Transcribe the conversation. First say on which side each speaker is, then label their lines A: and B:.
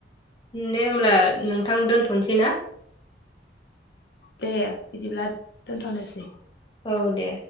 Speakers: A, on the left; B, on the left.
A: दे होमब्ला नोंथां दोनथ'नोसै ना?
B: दे बिदिब्ला दोनथ'नोसै।
A: औ दे